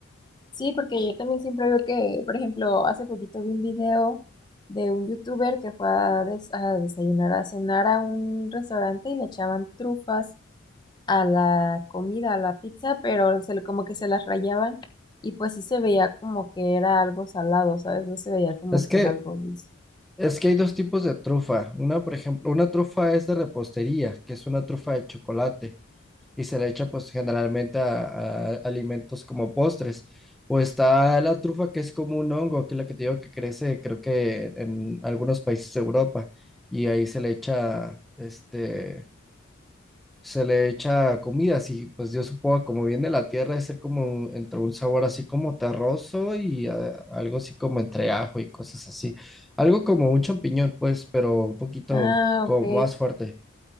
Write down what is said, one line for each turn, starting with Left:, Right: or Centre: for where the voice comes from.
Left: Sí, porque yo también siempre veo que, por ejemplo, hace poquito vi un video de un youtuber que fue a, des- a desayunar, a cenar a un restaurante y le echaban trufas a la comida, a la pizza, pero se, le- como que se las rayaban y pues sí se veía como que era algo salado, ¿sabes? No se veía como
Centre: Es
Left: que
Centre: que,
Left: era algo dulce.
Centre: es que hay dos tipos de trufa. Una, por ejemplo, una trufa es de repostería, que es una trufa de chocolate. y se le echa pues generalmente a, a alimentos como postres. O está la trufa que es como un hongo, que es la que te digo que crece creo que en algunos países de Europa y ahí se le echa este se le echa comida, así pues yo supongo como viene de la tierra, es ser como entre un sabor así como terroso y ah, algo así como entre ajo y cosas así. Algo como un champiñón, pues, pero un poquito
Left: Ah, ah,
Centre: como
Left: ok.
Centre: más fuerte.